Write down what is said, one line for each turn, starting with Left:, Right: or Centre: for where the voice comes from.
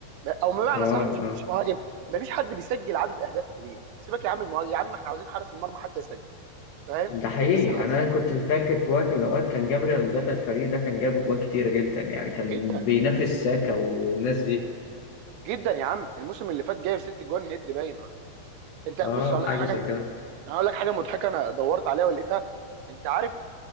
Right: او بمعنى
Left: اه
Right: صح مش
Left: اه
Right: مفيش مهاجم مفيش حد بيسجل عدد اهداف كبير سيبك يا عم المهاجم يا عم احنا عاوزين حارس المرمى حتى يسجل فاهم
Left: ده حقيقي
Right: بس حد
Left: يعني
Right: ي-
Left: انا كنت فاكر في وقت من الاوقات كان جابريال المدافع الفريق ده كان جاب اجوان كتيره جدا يعني كان
Right: جدا
Left: بينافس ساكا والناس دي
Right: جدا يا عم الموسم اللي فات جايب ست جون هيد باين ولا انت
Left: اه
Right: بص اقول
Left: حاجه
Right: لك حاجه
Left: زي كده
Right: انا اقول لك حاجه مضحكه انا دورت عليها ولقيتها انت عارف